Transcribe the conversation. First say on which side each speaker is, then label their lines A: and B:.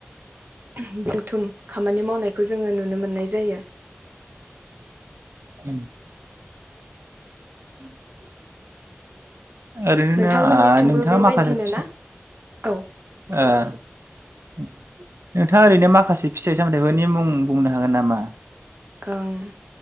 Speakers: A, on the right (about 50°); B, on the right (about 80°).
A: उम दुमथुम खामानि मावनायखौ जोङो नुनो मोननाय जायो।
B: उम उम ओरैनोनो
A: नोंथांमोननिथिंबो
B: ओ- नोंथाङा
A: बेबायदिनो
B: माखासे फि-
A: ना औ
B: ओ- नोंथाङा ओरैनो माखासे फिथाइ सामथायाइफोरनि मुं बुंनो हागोन नामा?
A: ओं